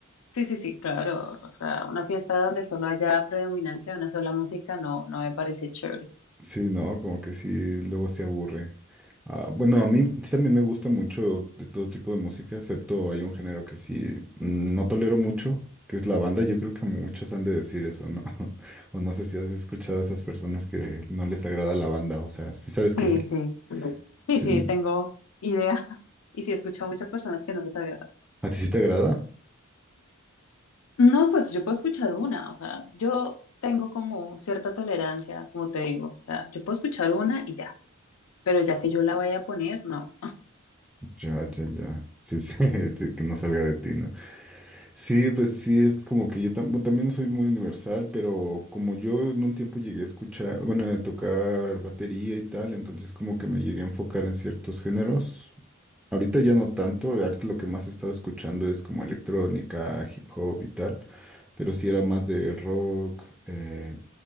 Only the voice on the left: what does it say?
Sí, sí, sí, claro. O sea, una fiesta donde solo haya predominancia de una sola música no, no me parece chévere.
Sí,
sí. Sí,
sí,
tengo idea. <laughs> Y sí, he escuchado a muchas personas que no les agrada.
No, pues yo puedo escuchar una. O sea, yo tengo como cierta tolerancia, como te digo. O sea, yo puedo escuchar una y ya. Pero ya que yo la vaya a poner, no.